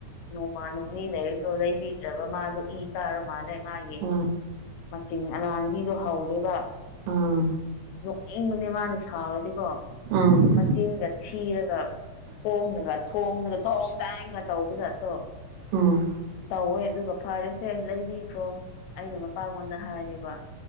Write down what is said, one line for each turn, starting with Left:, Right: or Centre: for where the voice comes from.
Left: ꯅꯣꯡꯃ ꯅꯣꯡꯅꯤ ꯂꯩꯔꯁꯨ ꯂꯩꯕꯤꯗ꯭ꯔꯕ ꯃꯥꯗꯣ ꯏ ꯀꯥꯔ ꯃꯥꯜꯂꯦ ꯃꯥꯒꯤ
Right: ꯎꯝ
Left: ꯃꯆꯤꯟ ꯑꯅꯥꯥꯡꯕꯤꯗꯣ ꯍꯧꯔꯦꯕ
Right: ꯑꯥ
Left: ꯅꯣꯛꯅꯤꯡꯕꯅꯦ ꯃꯥꯅ ꯁꯥꯎꯔꯗꯤꯀꯣ
Right: ꯎꯝ
Left: ꯃꯆꯤꯟꯒ ꯊꯤꯔꯒ ꯈꯣꯡꯉꯒ ꯊꯣꯡꯒ ꯊꯣꯡ ꯗꯥꯡꯒ ꯇꯧꯕꯖꯥꯠꯇꯣ
Right: ꯎꯝ
Left: ꯇꯧꯋꯦ ꯑꯗꯨꯒ ꯐꯔꯁꯦ ꯂꯩꯕꯤꯈꯔ‌ꯣ ꯑꯩꯅ ꯃꯄꯉꯣꯟꯗ ꯍꯥꯏꯔꯦꯕ